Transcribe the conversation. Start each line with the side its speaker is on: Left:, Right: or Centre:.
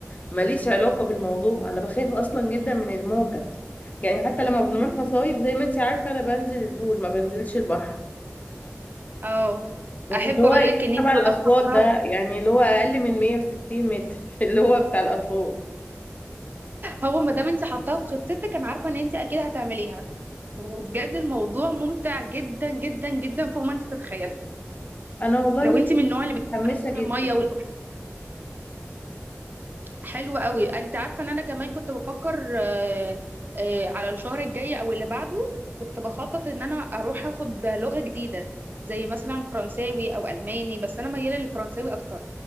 Left: ماليش علاقة بالموضوع انا بخاف اصلا جدا من الموجة يعني حتى لما بنروح
Right: مم.
Left: مصايف زي ما انت عارفة انا بنزل البول ما بنزلش البحر
Right: اه
Left: وفي
Right: احب
Left: اللي هو
Right: اقول
Left: ايه
Right: لك ان انت
Left: تبع
Right: ما
Left: الاطفال
Right: دام حطاها
Left: ده
Right: في-
Left: يعني اللي هو اقل من 160 متر <laughs> اللي هو بتاع الاطفال
Right: هو ما دام انت حطاها في خطتك انا عارفه ان انت اكيد هتعمليها وبجد الموضوع ممتع جدا جدا جدا فوق ما انت تتخيلي
Left: انا والله
Right: لو انت من النوع اللي
Left: متحمسة
Right: بتحب اساسا
Left: جدا
Right: الميه والبحر حلو قوي انت عارفه ان انا كمان كنت بفكر آه، آه، على الشهر الجاي او اللي بعده كنت بخطط ان انا اروح اخد لغه جديده زي مثلا فرنساوي او الماني بس انا مياله للفرنساوي اكتر